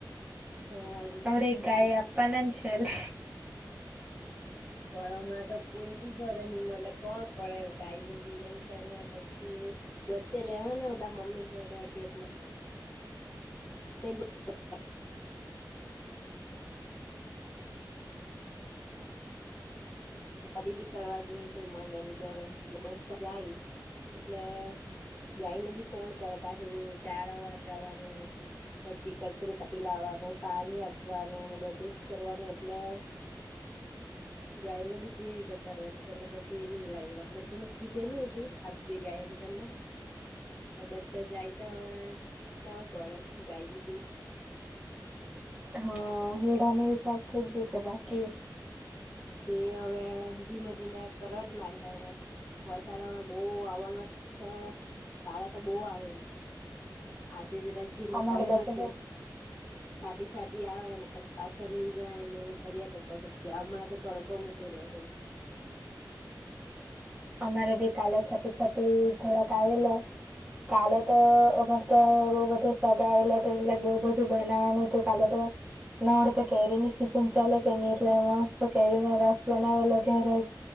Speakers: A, on the left; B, on the right.
A: હારું
B: અડ ગાય
A: ચાલ
B: આપના છેલે
A: ફળમાં તો કોઈ બી ઘે નઈ મતલે કોણ કરે ગાય નું ી એમ કરના પછી વચ્ચે લેવાના આવ મમ્મી ઘડે એટલે <unintelligible> દી બી કરવા જેવી કોઈ મળે, ઘળે, એટલે બધા જાય એટલે. ગાય ન બી કોણ કરે? પાછું ચાર અવાર જવાનું. પછી કચરું કાપી લાવવાનું, પાણી આપવાનું બધું જ કરવાનું એટલે. ગાય ન બી કેવી રીતે કરે? એમને પછી એ નહીં લાવવા. મેં તને કીધેલું હતું આપ જે ગાય. <unintelligible> પણ બધા જાય તો હવે કોણ કરે ગાયનું બી.
B: હા, હેડાને હિસાબ ખે જજ તો બાકી
A: તે હવે ધીમે ધીમે કરવા જ માડશે, હવે વરસાદ હવે બહુ આવવાનો. છે હવે કાલે તો બહુ આવેને? આજે જરાક ધીમા
B: અમારે
A: પડેલા
B: બાજુ
A: છે. છાંટી-છાંટી આવે ને પછી પાછળ રહી જાય ને. એ કર્યા કરતા હમણાં તો તડકો મૂકેલો. <unintelligible>
B: <unintelligible> અમારે ભી કાલે છાટી-છાટી થોડોક આવેલો. કાલે તો અમાર તો બઉ બધુ સગાવેલા હતા, એટલે બઉ બધું બનાવાનું હતું કાલે તો ના, વળી તો કેરીની સિઝન ચાલે કે નહીં, એટલે તો કેરીનો રસ બનાવેલો ઘરેજ.